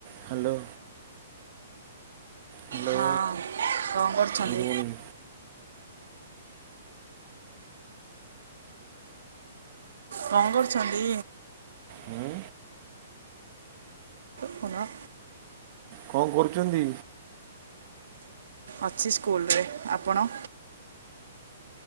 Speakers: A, on the right (about 40°); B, on the right (about 80°).
A: <inaudible> Hello hello
B: ହଁ କଣ କରୁଛନ୍ତି
A: ଗୁଡ଼ ମୋର୍ନିଂ।
B: ରଙ୍ଗଡ଼ଚନ୍ତି।
A: ହୁଁ।
B: ହଁ।
A: କଣ କରୁଛନ୍ତି?
B: ଅଛି ସ୍କୁଲରେ ଆପଣ।